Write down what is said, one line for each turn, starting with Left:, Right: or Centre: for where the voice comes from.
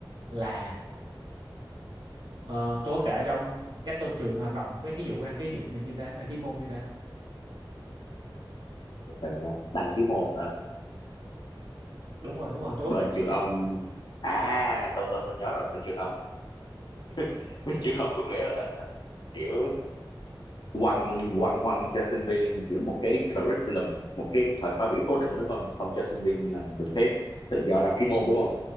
Right: là Ờ, tôi có kể cho ông cách tôi trường tôi hoạt động với cái vụ đăng ký điểm này chưa ta đăng ký môn chưa ta
Left: từ từ nha đăng ký môn hả
Right: đúng rồi đúng rồi tôi
Left: bên
Right: có kể
Left: trường ông
Right: cái vụ-
Left: à tôi tôi tôi nhớ rồi bên trường ông <laughs> bên trường ông đúng nghĩa là kiểu quăng quăng quăng cho sinh viên kiểu một cái curriculum một cái thời khóa biểu cố định đó đúng không không cho sinh viên là được phép tự do đăng ký môn đúng không